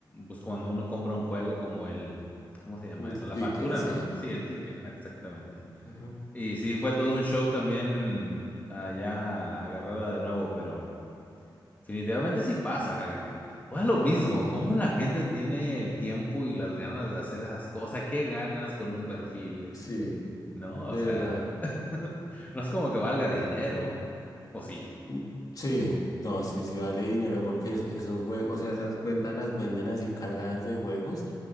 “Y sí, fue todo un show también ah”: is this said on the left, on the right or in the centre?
Left